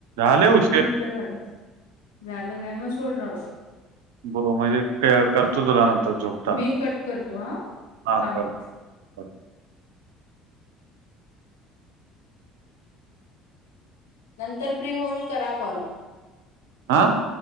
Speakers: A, on the right; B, on the left.
A: झाले
B: किती
A: उशीर
B: मिनिटं झालं. झालं काय मग सोड राहुदे.
A: बघु म्हणजे ते करतो तुला नंतर. झोपताना
B: मी कट करतो हा
A: हा
B: थांब.
A: कर कर.
B: नंतर फ्री होऊन करा कॉल.
A: आज?